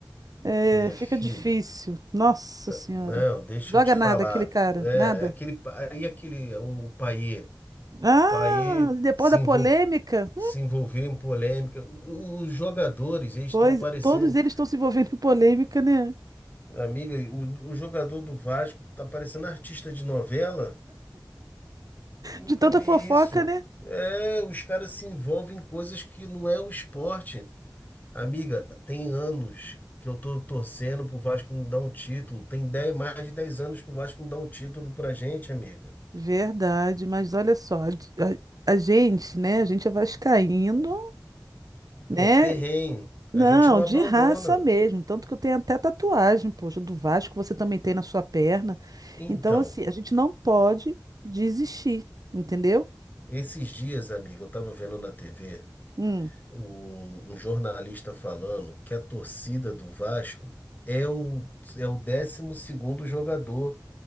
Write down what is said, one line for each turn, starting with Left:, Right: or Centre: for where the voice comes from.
Right: é,
Left: Minha
Right: fica
Left: filha,
Right: difícil. Nossa
Left: tá-
Right: senhora.
Left: não, deixa
Right: Joga
Left: eu te falar.
Right: nada aquele cara,
Left: É,
Right: nada.
Left: aquele, pa- e aquele, o, o Payet?
Right: Ah,
Left: Paê
Right: depois
Left: se
Right: da
Left: envol-
Right: polêmica?
Left: se envolveu em polêmica. O- Os jogadores, eles
Right: Pois,
Left: estão parecendo.
Right: todos eles estão se envolvendo em polêmica, né?
Left: Amiga, o, o jogador do Vasco tá parecendo artista de novela. Eu nunca
Right: De tanta
Left: vi
Right: fofoca,
Left: isso.
Right: né?
Left: É, os caras se envolvem em coisas que não é o esporte. Amiga, tem anos que eu tô torcendo pro Vasco não dar um título. Tem 10 mais de 10 anos que o Vasco não dá um título pra gente, amiga.
Right: Verdade, mas olha só, a, a gente, né? A gente é vascaíno, né?
Left: Pô, ferrenho. A
Right: Não,
Left: gente não
Right: de
Left: abandona.
Right: raça mesmo. Tanto que eu tenho até tatuagem, poxa, do Vasco, você também tem na sua perna.
Left: Então.
Right: Então, assim, a gente não pode desistir, entendeu?
Left: Esses dias, amigo, eu estava vendo na TV
Right: Hum.
Left: um, um jornalista falando que a torcida do Vasco é o, é o décimo segundo jogador,